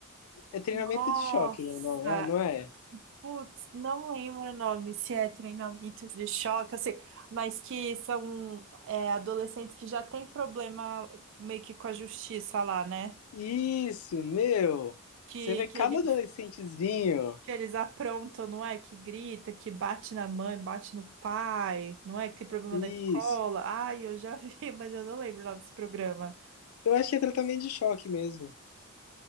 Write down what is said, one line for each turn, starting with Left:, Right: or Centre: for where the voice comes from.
Left: É treinamento
Right: Nossa!
Left: de choque, não, não é?
Right: Putz, não lembro o nome, se é treinamentos de choque, assim, mas que são é, adolescentes que já têm problema meio que com a justiça lá, né?
Left: Isso, meu!
Right: Que,
Left: Você vê
Right: que,
Left: cada
Right: eles,
Left: adolescentezinho.
Right: que eles aprontam, não é? Que grita, que bate na mãe, bate no pai, não é? Que tem problema
Left: Isso.
Right: na escola. Ai, eu já vi, <laughs> mas eu não lembro o nome desse programa.
Left: Eu acho que é tratamento de choque mesmo.